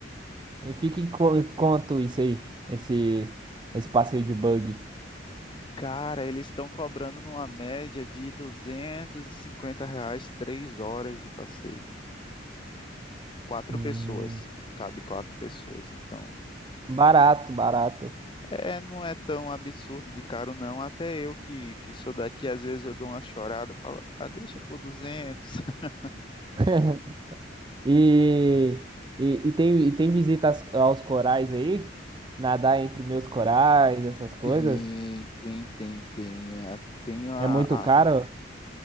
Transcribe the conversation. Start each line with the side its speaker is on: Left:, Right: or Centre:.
Right: E fica em qu- quanto isso aí? Esse, esse passeio de buggy.
Left: Cara, eles estão cobrando numa média de 250 reais, três horas de passeio. Quatro
Right: Hum,
Left: pessoas, cabe quatro pessoas. Então,
Right: barato, barato.
Left: É, é, não é tão absurdo de caro, não. Até eu que, que sou daqui, às vezes eu dou uma chorada, falo, ah, deixa por 200. <laughs>
Right: <laughs> E, e, e tem, e tem visitas aos corais aí? Nadar entre meus corais, essas coisas?
Left: Tem, tem, tem, tem. É, Tem a,
Right: É muito
Left: a-
Right: caro?